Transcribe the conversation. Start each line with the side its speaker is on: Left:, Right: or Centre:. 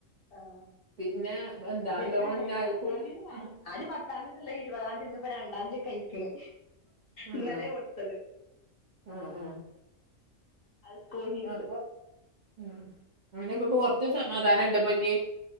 Left: ആഹ്
Right: പിന്നെ എന്താ
Left: ഇബെരുക്കു
Right: ലോണിന്
Left: അങ്ങനേണ്
Right: അയൽക്കൂട്
Left: പത്താം തീന്ന് പറിം
Right: ഉം
Left: ആരും പത്താംതിയൊ ന്നിള്ളെ ഇരുപതാം തീയതി ഇന്ന് ഇപ്പോ രണ്ടാം തീയതിയൊക്കെ ആയിക്കണ്
Right: ഉം
Left: ഇന്നലെയാ കൊടുത്തത്
Right: ഉം ഉം
Left: അത് സ്കൂൾ ഫീസ്
Right: അപ്പൊ ഉം അങ്ങനെ ഇപ്പ കൊറച്ച് സമാധാനം ഇണ്ട് ഇപ്പൊ ഇഞ്ഞി